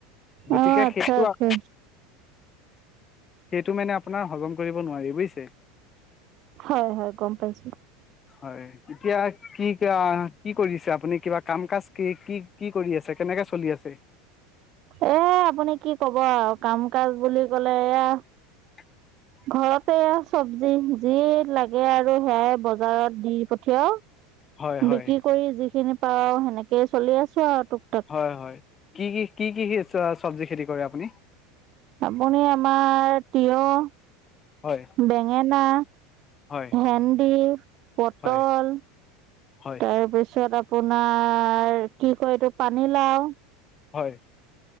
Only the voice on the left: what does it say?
গতিকে
সেইটো-
সেইটো মানে আপোনাৰ হজম কৰিব নোৱাৰি বুজিছে।
হয় এতিয়া। কি কা কি কৰিছে আপুনি কিবা কাম কাজ কি কি কি কৰি আছে কেনেকে চলি আছে?
<inaudible>
হয় হয়
হয় হয় কি কি কি কি চবজি খেতি কৰে আপুনি?
হয়
হয়
হয় হয়
হয়।